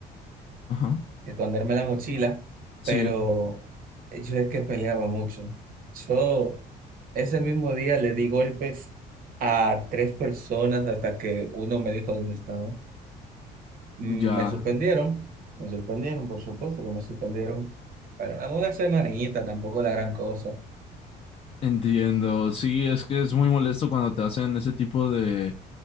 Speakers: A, on the left; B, on the right.
A: Ajá.
B: esconderme la mochila,
A: Sí,
B: pero yo es que peleaba mucho. Yo ese mismo día le di golpes a tres personas hasta que uno me dijo dónde estaba. Mm,
A: ya
B: Me suspendieron, me suspendieron, por supuesto que me suspendieron, pero dame una semanita, tampoco la gran cosa.
A: entiendo. Sí, es que es muy molesto cuando te hacen ese tipo de